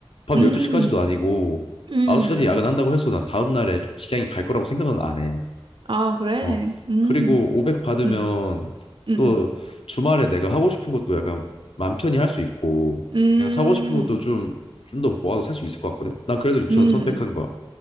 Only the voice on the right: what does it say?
음,
음. 음.
아, 그래.
음,
음, 음, 음,
음,
음.